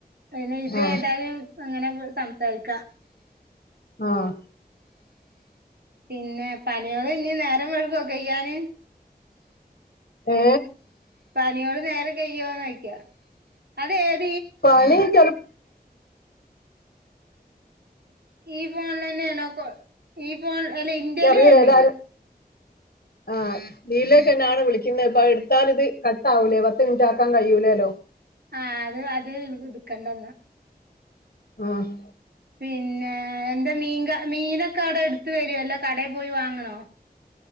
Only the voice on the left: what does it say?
ആ
ആ.
ഏ.
പണി ചെലപ്പോ
ചറിയടെ
ഏതായാലും ആഹ നീലേക്ക് എന്നാണ് വിളിക്കുന്നത് ഇപ്പൊ എടുത്താൽ ഇത് കട്ട ആവൂലേ പത്ത് മിനിറ്റ് ആക്കാൻ കഴിയൂലേല്ലോ
ആഹ്